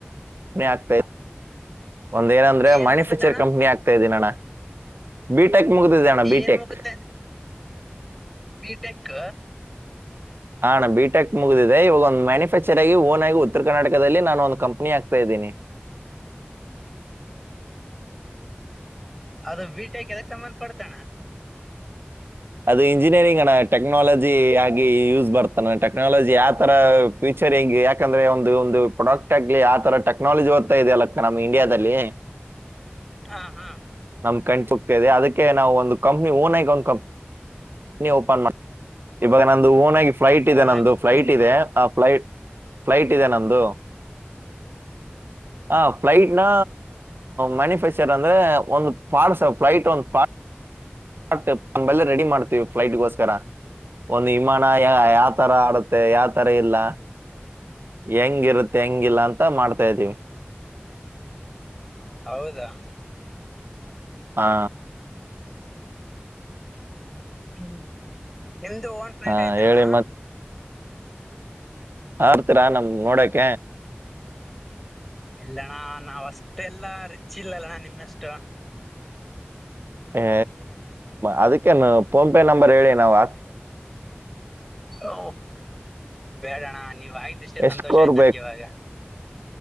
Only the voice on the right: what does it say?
ಪ್ನಿ ಆಗ್ತಾ ಒಂದ ಏನಂದ್ರೆ
ಮ್ಯಾನುಫ್ಯಾಕ್ಚರ್
ಕಂಪ್ನಿ ಆಗ್ತಾ ಇದೀನಣ್ಣ ಬಿಟೆಕ್ ಮುಗದೆ ಜಣ ಬಿಟೆಕ್
ಹಾ ನಾನ್ ಬಿಟೆಕ್ ಮುಗಿದಿದೆ ಇವ ಒಂದ ಮ್ಯಾನುಫ್ಯಾಕ್ಚರ್ ಆಗ ಓ ಆಗಿ ಉತ್ತರ ಕರ್ನಾಟಕದಲ್ಲಿ ನು ಒ ಕಂಪನಿ ಆಗ್ತ ಪ್ಪದಿನಿ
ಅದು ಇಂಜಿನಿಯರಿಂಗ್ ಅಣ್ಣ ಟೆಕ್ನಾಲಜಿ ಆಗಿ ಯೂಸ್ ಬರ್ತಾನ ಟೆಕ್ನಾಲಜಿ ಯಾವ ತರ ಫೂ ಸರಿ ಹಂಗಗೆ ಯಾಕಂದ್ರೆ ಒಂದು ಒಂದು ಪ್ರೊಡಕ್ಟ್ ಆಗ್ಲಿ ಆ ತರ ಟೆಕ್ನಾಲಜಿ ಓ್ತ ಇದದೆ ಅಲ್ಲಕ್ಕ ನಮ್ ಇಂಡಿಯಾದಲ್ಲಿ
ನಮ ಕಣ್ಸುಗ್ತಾ ಇದೆ ಅದಕ್ಕೆ ನಾವು ಒಂದು ಕಂಪ್ನಿ ಓನ್ ಆಗ ಒಂದು್ ಕಂಪ್ನಿ ಓಪನ್ ಮಾಡ ಇವಾಗ ನಂದು ಊನಿ ಫ್ಲೈಟ್ ಇದೆ
ನಂದು
ಫ್ಲೈಟ್ ಇದೆ ಆ ಫ್ಲೈಟ್ ಫ್ಲೈಟ್ ಇದೆ ನಮ್ದು ಹ ಫ್ಟ್ನಾ ಮ್ಯಾನಿಫ್ಯಾಕ್ಚರ್ ರ್ ಅಂದ್ರೆ ಒಂದು ಪಾರ್ಟಸ್ ಫ್ಲೈಟ್ ಒಂದ್ ಪ ಆ ನೆಲ್ಲ ರೆಡಿ ಮಾಡ್ತೀವಿ ಫ್ಲೈಟ್ಗೋಸ್ಕರ ಒಂದು್ ವಿಮಾನ ಯ ಯಾವ ತರ ಆಡುತ್ತೆ ಯಾವ ತರ ಇಲ್ಲ ಹೆಂಗಿರುತ್ತೆ ಹೆಂಗಿಲ್ಲ ಅಂತ ಮಾಡ್ತಾ ಇದ್ದೀವಿ
ಹಾ
ಆ,
ಹೇಳಿ ಆರ್ತರಾ ನಮ ನೋಡಕ
ಏ ಅದಕ್ಕೆೇನು ಫೋನ್ ಪೇ ನಂಬರ್ ಹೇಳಿ ನಾವವು
ಎಷ್ಟ್
ಕೋರ್